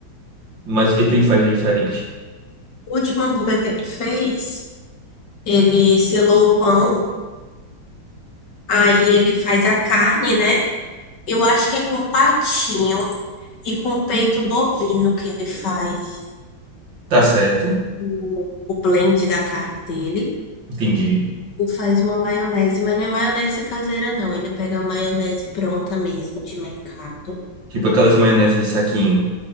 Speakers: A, on the right; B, on the left.
A: Mas o que é que ele faz de diferente?
B: O último hambúrguer que ele fez, ele selou o pão, aí ele faz a carne, né? Eu acho que é com patinho e com peito bovino que ele faz
A: Tá certo,
B: o, o blend da carne dele.
A: entendi.
B: E faz uma maionese, mas não é maionese caseira, não. Ele pega a maionese pronta mesmo, de mercado.
A: Tipo aquelas maioneses de saquinho.